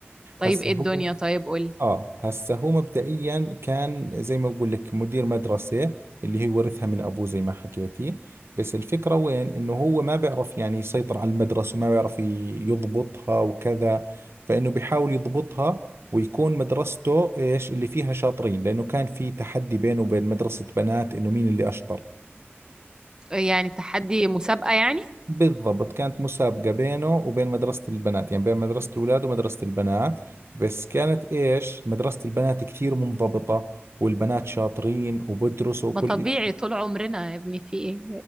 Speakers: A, on the right; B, on the right.
A: طيب
B: هسه
A: ايه
B: هو
A: الدنيا طيب قول
B: اه هسه هو مبدئيا كان زي ما بقول لك مدير مدرسة اللي هي ورثها من ابوه زي ما حكيتي بس الفكرة وين انه هو ما بيعرف يعني يسيطر على المدرسة وما بيعرف ي- يضبطها وكذا فانه بيحاول يضبطها ويكون مدرسته ايش اللي فيها شاطرين لانه كان في تحدي بينه وبين مدرسة بنات انه مين اللي اشطر
A: يعني تحدي مسابقه يعني
B: بالضبط كانت مسابقة بينه وبين مدرسة البنات يعني بين مدرسة الأولاد ومدرسة البنات بس كانت إيش مدرسة البنات كثير منضبطة والبنات شاطرين وبدرسوا وكل
A: ما طبيعي
B: شيء
A: طول عمرنا يا ابني في ايه